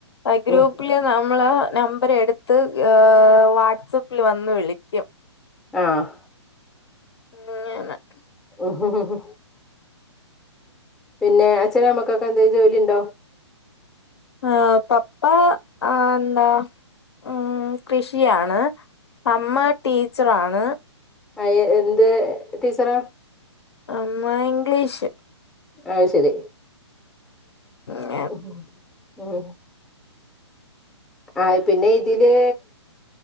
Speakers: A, on the left (about 60°); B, in the centre.
A: ആ ഗ്രൂപ്പില്
B: ഉം
A: നമ്മള് നമ്പർ എട്ത്ത് ഏ വാട്സപ്പിൽ വന്ന് വിളിക്കും
B: ആഹ്
A: <unintelligible>
B: ഉംഹ്ഹ് പിന്നെ അച്ഛനു അമ്മക്കൊക്കെ എന്താ ജോലിണ്ടോ
A: ആ പപ്പ ആ ന്താ ഉം കൃഷിയാണ് അമ്മ ടീച്ചറാണ്
B: അയ എന്ത് ടീച്ചറ
A: അമ്മ ഇംഗ്ലീഷ്
B: ആയ്ശരി
A: ആഹ്
B: ഒഹോ ഉംഹും ആഹ് പിന്നെ ഇതില്